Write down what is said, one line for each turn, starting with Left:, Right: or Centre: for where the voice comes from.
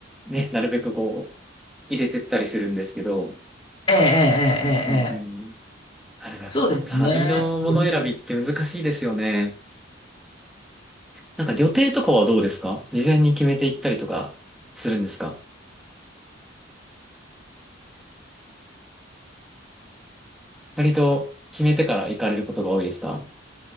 Centre: ね、なるべくこう、入れてったりするんですけど、
Left: ええ、ええ、
Centre: うんうんうん。
Left: ええ、ええ
Centre: あれやっぱ、
Left: そうですね。
Centre: 旅のもの選びって難しいですよね。
Left: うん
Centre: なんか予定とかはどうですか事前に決めていったりとかするんですか割と決めてから行かれることが多いですか